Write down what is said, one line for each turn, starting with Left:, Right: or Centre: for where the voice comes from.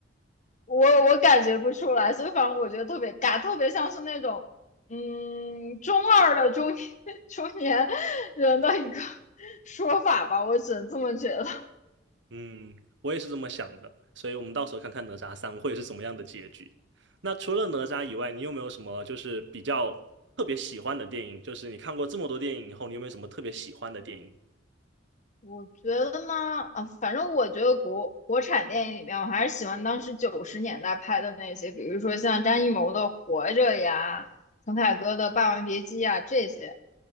Left: 我我感觉不出来，所以反正我觉得特别尬，特别像是那种嗯中二的中年 <laughs> 中年人的一个 <laughs> 说法吧，我只能这么觉得。<laughs>
Right: 嗯，我也是这么想的，所以我们到时候看看哪吒三会是怎么样的结局。那除了哪吒以外，你有没有什么就是比较特别喜欢的电影？就是你看过这么多电影以后，你有没有什么特别喜欢的电影？
Left: 我觉得呢，啊，反正我觉得国国产电影里面，我还是喜欢当时九十年代拍的那些，比如说像张艺谋的《活着》呀，陈凯歌的《霸王别姬》呀这些。